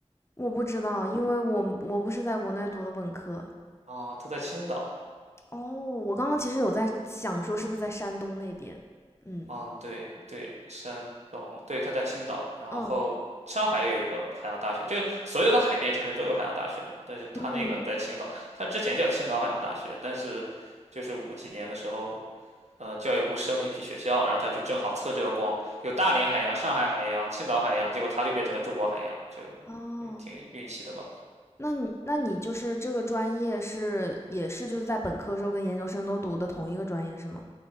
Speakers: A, on the left (about 25°); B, on the right (about 85°).
A: 我不知道，因为我我不是在国内读的本科。
B: 啊，它在青岛。
A: 哦，我刚刚其实有在想说是不是在山东那边？嗯
B: 嗯，对对，山东，对，他在青岛，然后上海也有一个海洋大学，
A: 嗯
B: 就是所有的海边城市都有海洋大学嘛，但是他那个在青岛，
A: 嗯，
B: 他之前叫青岛海洋大学，但是就是五几年的时候，呃，教育部升了一批学校，然后他就正好蹭这个光，有大连海洋、上海海洋、青岛海洋，结果他就变成了中国海洋，就
A: 哦，
B: 呃挺运气的吧？
A: 那你那你就是这个专业是也是就是在本科时候跟研究生都读的同一个专业是吗？